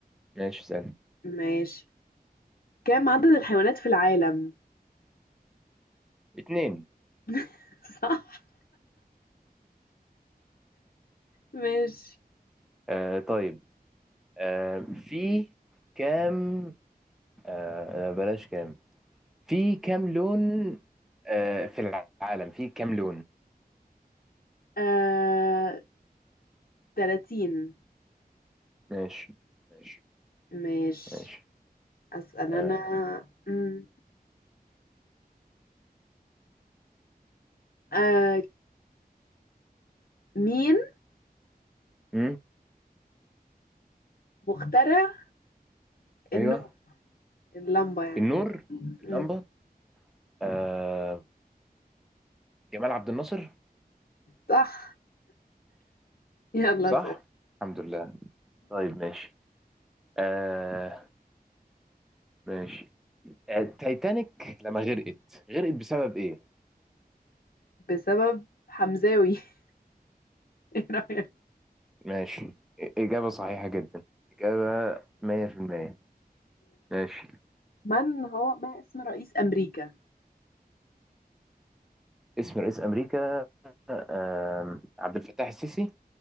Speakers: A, in the centre; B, on the left.
A: ماشي اسأل
B: ماشي كم عدد الحيوانات في العالم
A: اتنين
B: <laughs> صح ماشي
A: آه طيب آه في كام آه آه، بلاش كام في كام لون آه في العالم في كام لون
B: آه... 30
A: ماشي ماشي
B: ماشي
A: ماشي
B: أسأل أنا
A: آه
B: مم. آه... مين
A: مم.
B: مخترع النور
A: ايوه
B: اللمبة يعني
A: النور
B: مم.
A: اللمبة آه جمال عبد الناصر
B: صح يلا
A: صح
B: أسأل
A: الحمد لله طيب ماشي آه ماشي آه، التايتانيك لما غرقت غرقت بسبب ايه
B: بسبب حمزاوي <laughs> ايه رأيك
A: ماشي إجابة صحيحة جدا إجابة 100% ماشي
B: من هو ما اسم رئيس أمريكا
A: اسم رئيس امريكا آم، عبد الفتاح السيسي